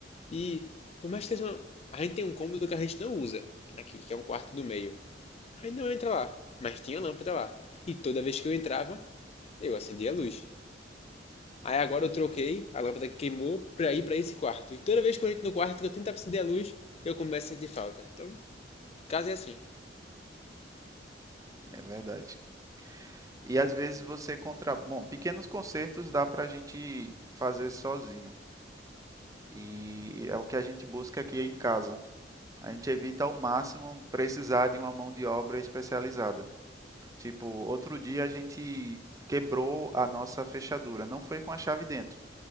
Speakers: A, on the left (about 35°); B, on the right (about 20°).
A: E por mais que seja uma... A gente tem um cômodo que a gente não usa aqui, que é um quarto do meio. Aí não entra lá, mas tinha lâmpada lá. E toda vez que eu entrava, eu acendia a luz. Aí agora eu troquei a lâmpada que queimou pra ir pra esse quarto. E toda vez que eu entro no quarto que eu tento acender a luz, eu começo a sentir falta. Então, o caso é assim.
B: É verdade. E às vezes você contra... Bom, pequenos concertos dá para a gente fazer sozinho. E é o que a gente busca aqui em casa. A gente evita ao máximo precisar de uma mão de obra especializada. Tipo, outro dia a gente quebrou a nossa fechadura. Não foi com a chave dentro,